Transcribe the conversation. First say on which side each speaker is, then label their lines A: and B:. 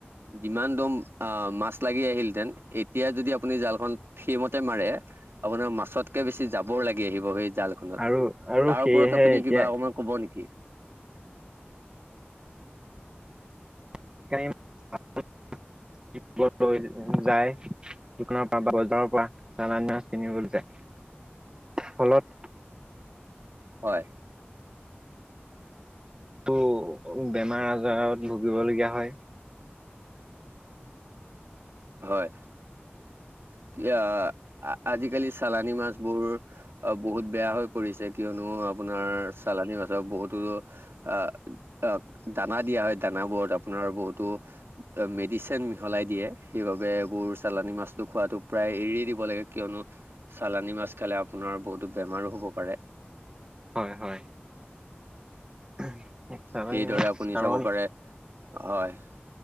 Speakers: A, on the right; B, on the right.
A: যিমান দম মাছ লাগি আহিলহেতেন এতিয়া যদি আপুনি জালখন সেইমতে মাৰে আপোনাৰ মাছতকে বেছি যাবৰ লাগি আহিব সেই জালখনত
B: আৰু আৰু
A: তাৰ
B: সেয়েহে
A: ওপৰত আপুনি
B: এতিয়া
A: কিবা অকণমান কব নেকি?
B: সেইকাৰণে
A: <inaudible>
B: সেইবোৰত লৈ যায় দোকানৰ পৰা বা বজাৰৰ পৰা চালনী মাছ কিনিবলৈ যায়।
A: <inaudible>
B: ফলত
A: হয়।
B: তো বেমাৰ আজাৰত ভুগিব লগীয়া হয়।
A: হয়। কি অহ আজিকালি চালানি মাছ বোৰ বহুত বেয়া হৈ পৰিছে কিয়নো আপোনাৰ চালানিমাছক বহুতো আ আ দানা দিয়া হয় দানাবোৰত আ পোনাৰ বহুতো মেডিচিন মিহলাই দিয়ে। সেইবাবে এইবোৰ চালানি মাছটো খোৱাটো প্ৰায় এৰিয়ে দিব লাগে কিয়নো চালানি মাছ খালে আপুনি আপোনাৰ বহুতো বেমাৰো হ'ব পাৰে।
B: হয় হয়। <unintelligible>
A: সেইদৰে
B: মাছ
A: আপুনি
B: কাৰণ
A: চাব পাৰে হয়।